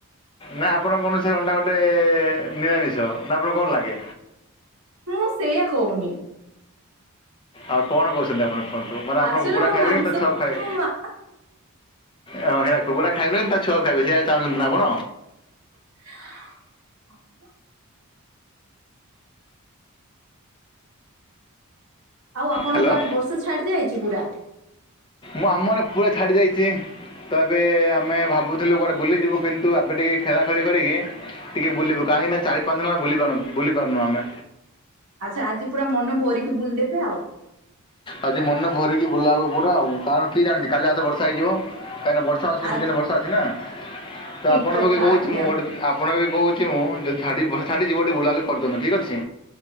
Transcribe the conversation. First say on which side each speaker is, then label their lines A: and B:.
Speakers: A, on the left; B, on the right.
A: ନା ଆପଣଙ୍କ ଅନୁସାରେ ଅଣ୍ଡା ଗୋଟେ ନିରାମିଷ ନା ଆପଣଙ୍କୁ କଣ ଲାଗେ?
B: ମୁଁ ସେଇଆ କହୁନି।
A: ଆଉ କଣ କହୁଛନ୍ତି ଆପଣ କୁହନ୍ତୁ ମାନେ ଆପଣ
B: ଆକ୍ଚୁଆଲି
A: କୁକୁଡା
B: ମୁଁ
A: ଖାଇବେନି
B: ମାଂସ
A: କିନ୍ତୁ ତା ଛୁଆ କୁ ଖାଇବେ।
B: ମୁଁ ମା
A: ଓ ସେଇଟା କୁକୁଡା ଖାଇବେନି ତା ଛୁଆ ଖାଇବେ ସେଇଆ ଚାହୁଁଛନ୍ତି ନା ଆପଣ
B: <unintelligible> ଆଉ ଆପଣଙ୍କ
A: ହ୍ୟାଲୋ
B: ଆଡେ ବର୍ଷା ଛାଡି ଦିଆଯାଇଛି ପୁରା?
A: ମୁଁ ଆମ ଆଡ଼େ ପୁରା ଛାଡି ଯାଇଛି। ତ ଏବେ ଆମେ ଭାବୁଥିଲୁ କୁଆଡ଼େ ବୁଲିଯିବୁ କିନ୍ତୁ ଏବେ ଟିକେ ଖେଳାଖେଳି କରିକି ଟିକେ ବୁଲିବୁ କାହିକି ନା ଚାରି ପାଞ୍ଚ ଦିନ ବୁଲି ପାରୁନଥିଲୁ ବୁଲି ପାରୁନୁ ଆମେ।
B: ଆଚ୍ଛା ଆଜି ପୁରା ମନ ଭରିକି ବୁଲିଦେବେ ଆଉ
A: ଆଜି ମନେ ଭରିକି ବୁଲା ହେବ ପୁରା ଆଉ କାରଣ କି ଜାଣିଛି କାଲି ଆଟୁ ବର୍ଷା ହେଇଯିବ କାହିଁକି ନା ଛ ସାତ ଦିନ
B: ଆ
A: ଦିନ ବର୍ଷା ଅଛି ନା ତ
B: ଠିକ
A: ଆପଣଙ୍କୁ
B: କଥା
A: ବି କହୁଛି
B: ଆଜ୍ଞା।
A: ମୁଁ ଗୋଟେ ଆପଣଙ୍କୁ ବି କହୁଛି ମୁଁ ଯଦି ଛାଡ଼ି ପଳେଇଥାନ୍ତି ଟିକେ ବୁଲାବୁଲି କରିଦଉନୁ ଠିକ ଅଛି।